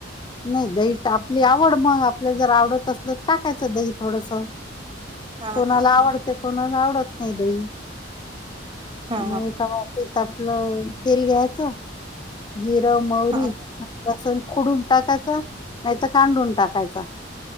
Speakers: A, on the left (about 25°); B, on the right (about 25°).
A: नाही दही आपली आवड मग. आपल्या जर आवडत असल तर टाकायचं दही थोडस.
B: हा
A: कोणाला
B: हा
A: आवडते. कोणाला आवडत नाही दही.
B: हा
A: मग एका वाटीत आपलं तेल घ्यायचं. जिरं मौरी
B: हा
A: लसुण खुडून टाकायचं. नाहीतर कांडून टाकायच.